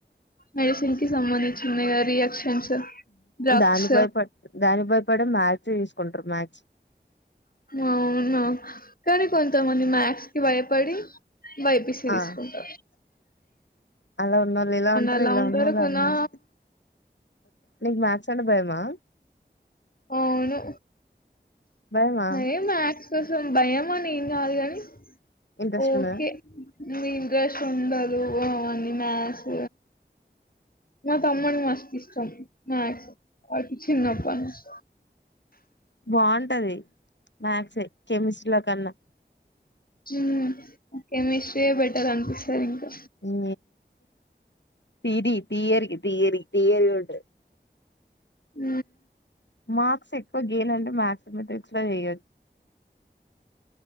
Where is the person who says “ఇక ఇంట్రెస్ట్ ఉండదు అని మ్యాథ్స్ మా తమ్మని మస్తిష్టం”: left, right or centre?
Left